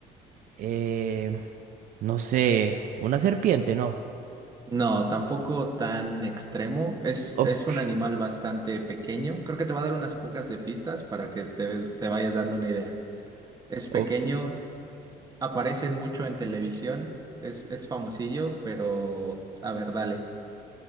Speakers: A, on the right; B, on the right.
A: eh, no sé, una serpiente, ¿no?
B: No, tampoco tan extremo. Es,
A: Ok,
B: es un animal bastante pequeño. Creo que te va a dar unas pocas de pistas para que te, te vayas dando una idea. Es
A: ok.
B: pequeño, Aparecen mucho en televisión, es, es famosillo, pero a ver, dale.